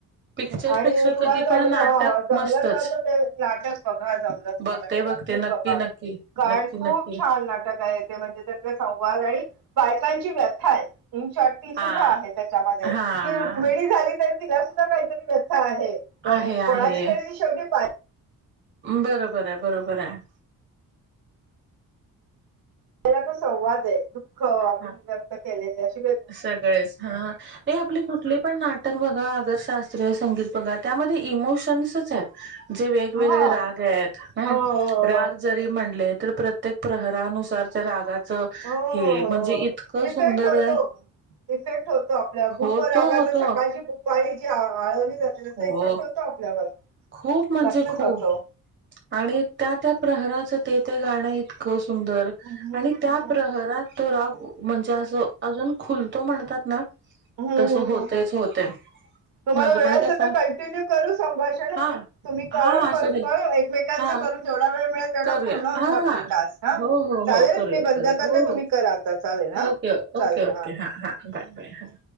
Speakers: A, on the right; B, on the right.
A: पिक्चरपेक्षा
B: आणि तुम्हाला
A: कधी पण
B: जमलं
A: नाटक
B: हा जमलाच
A: मस्तच.
B: तर ते नाटक बघा हा जमलं जमलं
A: बघते
B: तर
A: बघते
B: नक्कीच
A: नक्की
B: बघा
A: नक्की
B: कारण
A: नक्की
B: खूप
A: नक्की
B: छान छान नाटक आहे ते म्हणजे त्यातला संवाद आणि बायकांची व्यथा आहे. इन शॉटी सुद्धा
A: हा
B: आहे त्याच्यामध्ये
A: हा.
B: की रुकमिणी झाली तरी, तिला सुद्धा काहीतरी व्यथा आहे
A: आहे
B: कोणाची
A: आहे
B: तरी शेवटी बा
A: बरोबर आहे बरोबर आहे.
B: पहीला तो संवाद आहे दुःख आप
A: हा.
B: व्यक्त केलेल अस
A: सगळेच हा नाही आपली कुठली पण नाट नाटक बघा अगर, शास्त्रीय संगीत बघा त्यामध्ये इमोशन्सच आहेत. जे वेगवेगळे
B: हा
A: राग आहेत हम्
B: हो हो हो
A: राग जरी म्हणले तर प्रत्येक प्रहरानुसार त्या रागाच
B: हो
A: हे
B: हो हो
A: म्हणजे
B: हो
A: इतकं
B: इफेक्ट
A: सुंदर
B: होतो.
A: आहे.
B: इफेक्ट होतो आपल्या भूप
A: होतो
B: रागाचा
A: होतो
B: सकाळची भुपाळी जी आळवणी जाते त्याचा
A: हो
B: इफेक्ट होतो. आपल्यावर
A: खूप म्हणजे
B: नक्कीच
A: खूप
B: होतो.
A: आणि त्या त्या प्रहराचं ते ते गाणं इतकं सुंदर!
B: हम्म
A: आणि
B: हम्म
A: त्या प्रहरात तो राग म्हणजे असं अजून खुलतो म्हणतात ना,
B: हम्म.. हम्म..
A: तसं होतेच
B: हम्म.. हम्
A: होते
B: तुम्हाला
A: माझं
B: वेळ
A: पण
B: असेल
A: काय फार
B: तर कंटिन्यू करू संभाष
A: हा..
B: तुम्ही करा
A: हा असू
B: परत
A: दे
B: परत एकमेकांचं
A: हा
B: करून जेवढा वेळ मिळेल तेवढं
A: करूया
B: पूर्ण होतील
A: हा
B: आपले
A: हा
B: टास्क. हा
A: हो हो
B: चालेल
A: हो करूया
B: मी बंद
A: करूया
B: करते
A: हो
B: तुम्ही
A: हो
B: करा आता चालेल हा
A: ओके
B: चालेल
A: ओके ओके
B: हा.
A: हां बाय बाय हा